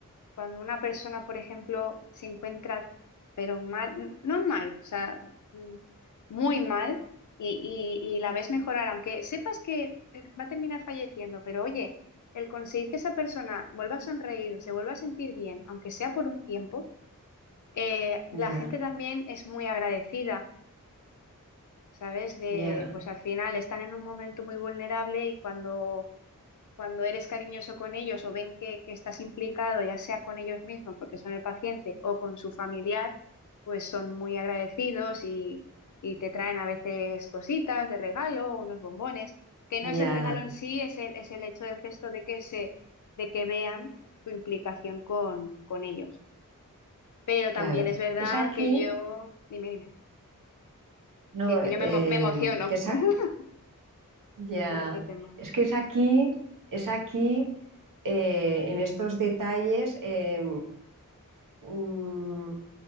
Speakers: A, on the left; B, on the right.
A: cuando una persona, por ejemplo, se encuentra, pero mal, no mal, o sea, mm, muy mal, y, y- y la ves mejorar, aunque sepas que eh, va a terminar falleciendo, pero oye, el conseguir que esa persona vuelva a sonreír, se vuelva a sentir bien, aunque sea por un tiempo, eh, la
B: ya,
A: gente también es muy agradecida, ¿sabes? De,
B: ya,
A: pues al final están en un momento muy vulnerable y cuando cuando eres cariñoso con ellos o ven que, que estás implicado, ya sea con ellos mismos, porque son el paciente, o con su familiar, pues son muy agradecidos y, y te traen a veces cositas de regalo, unos bombones, que
B: ya,
A: no es el regalo en sí, es el, es el hecho del gesto de que se, de que vean tu implicación con, con ellos. Pero también
B: claro.
A: es verdad
B: Es aquí,
A: que yo, dime, dime,
B: no,
A: sí, es que
B: eh,
A: yo me, emo- me emociono
B: que es
A: <laughs>
B: a- ya,
A: con este tema.
B: es que es aquí, es aquí, eh, en estos detalles, eh, mm,